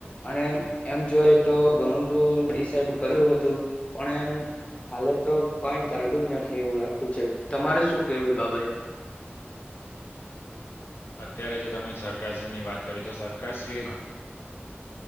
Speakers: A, on the left (about 30°); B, on the left (about 65°).
A: અને એમ એમ જોય તો ઘણું બધુ ડીસાઇબ કરેલું હતું પણ એમ હાલે તો કઈ ચાલતું જ નથી એવું લાગતું છે તમારે શું કેવું એ બાબતે
B: અત્યારે જે તમે સરકારશ્રી ની વાત કરી તો સરકારશ્રી